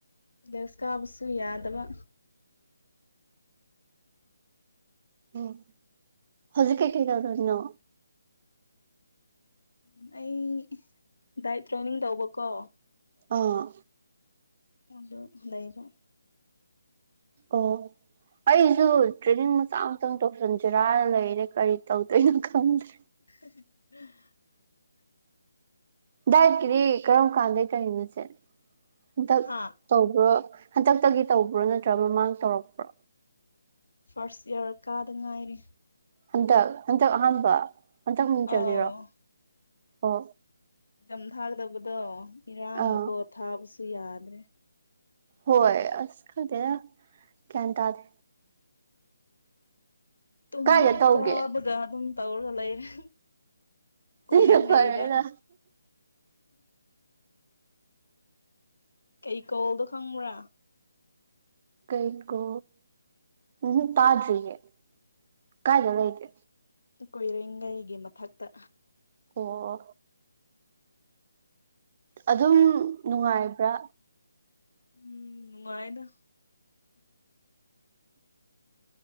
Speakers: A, on the left; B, on the right.
A: ꯗꯦꯁꯀꯥꯕꯨꯁꯨ ꯌꯥꯗꯕ
B: ꯎꯝ ꯎ ꯍꯧꯖꯤꯛ ꯀꯩꯀꯩ ꯇꯧꯗꯧꯔꯤꯅꯣ
A: ꯎ ꯑꯩ ꯗꯥꯏꯠ ꯇ꯭ꯔꯦꯅꯤꯡ ꯇꯧꯕꯀꯣ
B: ꯑꯥ
A: ꯑꯗꯨꯗ ꯂꯩꯕ
B: ꯑꯣ ꯑꯩꯁꯨ ꯇ꯭ꯔꯦꯅꯤꯡ ꯃꯆꯥ ꯃꯇꯪ ꯇꯧꯁꯟꯖꯔꯥꯅ ꯂꯩꯔꯦ ꯀꯔꯤ ꯇꯧꯗꯣꯏꯅꯣ ꯈꯪꯗꯦ
A: <unintelligible>
B: ꯗꯥꯏꯠꯀꯤꯗꯤ ꯀꯔꯝ ꯀꯥꯟꯗꯩ ꯀꯔꯤꯅꯣꯁꯦ ꯍꯟꯗꯛ
A: ꯍꯥꯥ
B: ꯇꯧꯕ꯭ꯔꯣ ꯍꯟꯗꯛꯇꯒꯤ ꯇꯧꯕ꯭ꯔꯣ ꯅꯠꯇ꯭ꯔꯒ ꯃꯃꯥꯡ ꯇꯧꯔꯛꯄ꯭ꯔꯣ
A: ꯐꯔꯁ ꯏꯔ ꯀꯥ ꯑꯗꯨ ꯉꯥꯏꯔꯤ
B: ꯍꯟꯗꯛ ꯍꯟꯗꯛ ꯑꯍꯥꯟꯕ ꯍꯟꯇꯛ ꯆꯜꯂꯤꯂꯤꯔꯣ
A: ꯑꯧ
B: ꯑꯣ
A: ꯏꯆꯝ ꯊꯥꯗꯕꯗꯣ ꯏꯔꯥꯡꯅꯀꯣ
B: ꯑꯥ
A: ꯊꯥꯕꯁꯨ ꯌꯥꯗ꯭ꯔꯦ
B: ꯍꯣꯏ ꯑꯁ ꯈꯔꯗꯦ ꯀ ꯇꯗ
A: ꯇꯨꯝꯕꯒ
B: ꯀꯥꯏꯗ ꯇꯧꯒꯦ
A: ꯆꯥꯕꯒ ꯑꯗꯨꯝ ꯇꯧꯔꯒ ꯂꯩꯔꯦ ꯀꯣꯏꯔꯒꯥꯏꯗ
B: ꯁꯤꯅ ꯐꯔꯦꯗ
A: ꯀꯩꯀꯣꯜꯗꯣ ꯈꯪꯕ꯭ꯔꯥ
B: ꯀꯩ ꯀꯣ ꯎꯝ ꯄꯥꯗꯔꯤꯦ ꯀꯥꯏꯗꯅ ꯍꯩꯗꯤ
A: ꯀꯣꯏꯔꯦꯡꯒꯩꯒꯤ ꯃꯊꯛꯇ
B: ꯑꯣ ꯑꯗꯨꯝ ꯅꯨꯡꯉꯥꯏꯕ꯭ꯔꯥ
A: ꯎꯝ ꯅꯨꯡꯉꯥꯏꯗ